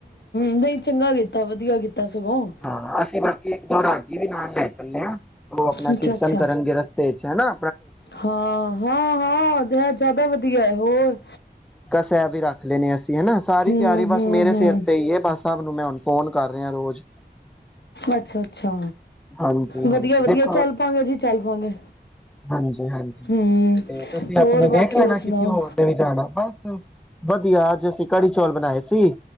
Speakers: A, on the left; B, in the centre.
A: ਨਹੀ ਚੰਗਾ ਕੀਤਾ ਵਧੀਆ ਕੀਤਾ। ਸਗੋਂ।
B: ਹਾਂ ਅਸੀ ਬਾਕੀ ਜੀ ਵੀ ਨਾਲ ਲੈ ਚੱਲੇ ਆ। ਉਹ ਆਪਣਾ
A: ਅੱਛਾ-ਅੱਛਾ।
B: ਕੀਰਤਨ ਕਰਨਗੇ ਰਸਤੇ ਚ ਹੈਨਾ
A: ਹਾਂ ਹਾਂ ਹਾਂ ਦਾ ਜ਼ਿਆਦਾ ਵਧੀਆ ਹੈ ਹੋਰ
B: ਤੇ ਐ ਵੀ ਰੱਖ ਲੈਣੇ ਆ ਹਨਾ ਸਾਰੀ
A: ਹੂੰ-ਹੂੰ-ਹੂੰ।
B: ਤਿਆਰੀ ਬਸ ਮੇਰੇ ਸਿਰ ਤੇ ਹੀ ਹੈ ਬਸ ਸਬ ਨੂੰ ਮੈਂ ਹੁਣ ਫੋਨ ਕਰ ਰਿਹਾ ਰੋਜ਼
A: ਅੱਛਾ ਅੱਛਾ
B: ਹਾਂਜੀ ਹਾਂਜੀ
A: ਵਧੀਆ ਵਧੀਆ
B: ਦੇਖੋ
A: ਚੱਲ ਪਾਗੇ ਜੀ ਚੱਲ ਪਾਂਗੇ।
B: ਹਾਂਜੀ ਹਾਂਜੀ
A: ਹੂੰ
B: ਤੇ ਤੁਸੀਂ
A: ਹੋਰ
B: ਆਪਣੇ
A: ਬਾਕੀ
B: ਦੇਖ ਲੈਣਾ
A: ਹੋਰ ਸੁਣਾਓ।
B: ਕਿਸੇ ਨੇ ਵੀ ਜਾਣਾ ਬਸ ਵਧੀਆ ਅੱਜ ਅਸੀਂ ਕੜੀ ਚੌਲ ਬਣਾਏ ਸੀ।